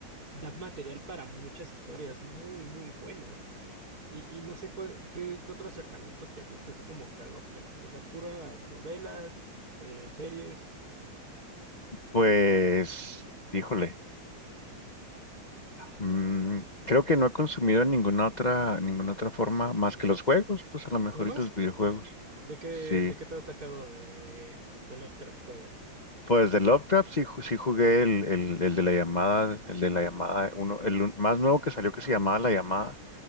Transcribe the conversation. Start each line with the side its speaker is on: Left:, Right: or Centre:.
Right: da material para muchas historias muy, muy buenas. Y, y no sé cuál- qué, qué otro acercamiento te gusta, así como que a Lovecraft. O sea, puras novelas, eh, series,
Left: Pues, híjole. Mm, creo que no he consumido ninguna otra, ninguna otra forma más que los juegos, pues a lo mejor
Right: juegos.
Left: y los videojuegos.
Right: ¿De qué,
Left: Sí.
Right: de qué te ha atacado de, de Lovecraft juegos?
Left: Pues de Lovecraft sí, ju- sí jugué el, el, el de la llamada, el de la llamada, uno, el un- más nuevo que salió que se llamaba La Llamada,